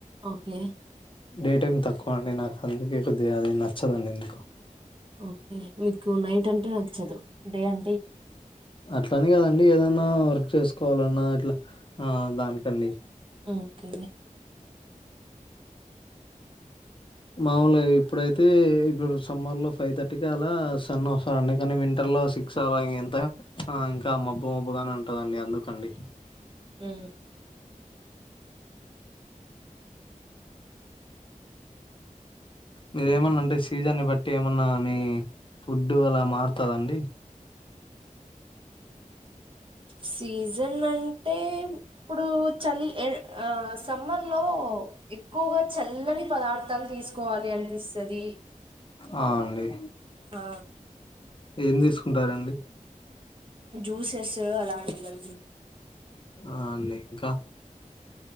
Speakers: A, on the right (about 40°); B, on the left (about 40°).
A: ఓకే
B: డే టైమ్ తక్కువ అండి నాకు అందుకే కొద్దిగా అది నచ్చదండి ఎందుకో
A: ఓకే మీకు నైట్ అంటే నచ్చదు డే అం
B: అట్లానే కదండి ఏదన్నా వర్క్ చేసుకోవాలన్నా ఇట్లా ఆ దానికండి
A: ఒకే
B: మాములుగా ఇప్పుడైతే, ఇప్పుడు సమ్మర్ లో ఫైవ్ థర్టీకి ఆలా, సన్న ఆఫ్ అండి కానీ వింటర్ లో సిక్స్ అలా ఎంత ఆ ఇంకా మబ్బు మబ్బుగానే ఉం ఉంటదండి అందుకండి
A: ఉ
B: మీరేమన్నా అంటే సీజన్ని బట్టి ఏమన్నా మీ ఫుడ్డు అలా మారుతదండి
A: సీజన్ అంటే ఇప్పుడు చలి ఎ ఆ సమ్మర్ లో ఎక్కువగా చల్లని పదార్థాలు తీసుకోవాలి అనిపిస్తది
B: అ అండి
A: ఆ
B: ఏం తీసుకుంటారండి
A: జ్యూసెస్ అలాంటివండి
B: ఆ అండి ఇంకా